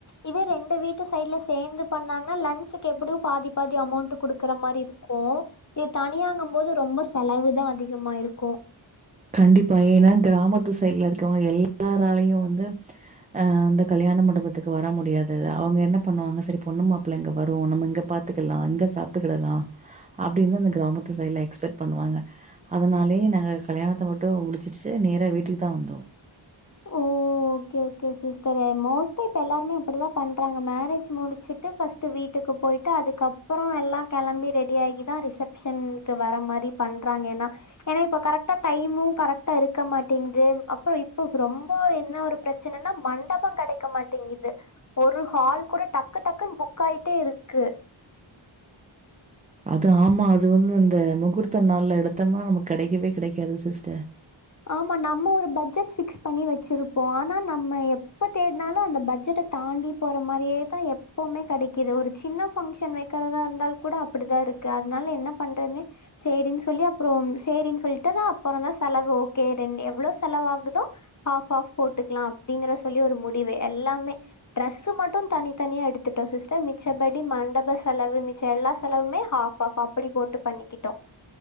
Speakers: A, on the left (about 35°); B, on the right (about 20°).
A: இதே ரெண்டு வீட்டு சைடு்ல சேர்ந்து பண்ணாங் <unintelligible> லன்சுக்கு எப்படியு பாதி பாதி அமௌண்ட் குடுக்கற மாரி இருக்கு இது தனியாங்கு போது ரொம்ப செலவு தா அதிகமாயிருக்கு
B: கண்டிப்பா ஏன்னா கிராமத்து சைட்ல இருக்கவங்க எல்லாராலயையு வந்து ஆ அந்த கல்யாண மண்டபத்துக்கு வர முடியாது அவங்க என்ன பண்ணுவாங்க சரி பொண்ணுமாப்பிள்ள அங்க வரோ நம்ம இங்கே பாத்து பத்துக்கலா இங்க சாப்பிட்டுக்கிடலா அப்டின்னு அந்த கிராமத்து சைட்ல எக்ஸ்பெக்ட் பண்ணுவாங்க அதனாலயே நாங்க கல்யாண போட்டோவ முடிச்சிடுச்சு நேரா வீட்டுக்கு தா வந்தோ
A: ஓ ஓக்கே ஓக்கே சிஸ்டர் மோஸ்ட்லி இப்ப எல்லாருமே அப்படிதா பண்றாங்க மேரேஜ் முடிச்சுட்டு பஸ்ட்டு வீட் வீட்டுக்கு போயிட்டு அதுக்கப்புறோ எல்லா கெளம்பி ரெடி ஆகி தா ரிசப்ஷனுக்கு வர மாரி பண்ணுறாங்க ஏன்னா ஏன்னா இப்ப கரெக்டா டைமு கரெக்டா இருக்க மாட்டங்குது அப்புறோ இப்ப ரொம்ப என்ன ஒரு பிரச்சனைன்னா மண்டபோ கெடைக்க மாட்டேங்குது ஒரு ஹால் கூட டக்கு டக்குன்னு புக் ஆயிட்டே இருக்கு
B: அது ஆமா அதுவு இந்த முகூர்த்த நாள்ல எடுத்தோம்னா நமக்கு கெடைக்கவே கெடைக்காது சிஸ்டர்
A: ஆமா நம்ம ஒரு பட்ஜெட் ஃபிக்ஸ் பண்ணி வச்சிருப்போ ஆனா நம்ம எப்ப தேட்னாலு அந்த பட்ஜெட்ட தாண்டி போற மாரியே தா எப்பவுமே கெடைக்குது ஒரு சின்ன பங்க்ஷன் வெக்கர தா இருந்தால் கூட அப்படிதா இருக்கு அதனால என்ன பண்றது சேரின்னு சொல்லி அப்புறோ சேரின்னு சொல்லிட்டு தா அப்புறோந்தா செலவு கே ரன் எவ்வளோ செலவாகுதோ ஹாஃப் ஹாஃப் போட்டுக்கலா அப்படிங்கற சொல்லி ஒரு முடிவு எல்லாமே ட்ரெஸு மட்டு தனித்தனியா எடுத்துட்டோ சிஸ்டர் மிச்சபடி மண்டப செலவு மிச்ச எல்லா செலவுமே ஹாஃப் ஹாஃப் அப்படி போட்டு பண்ணிக்கிட்டோ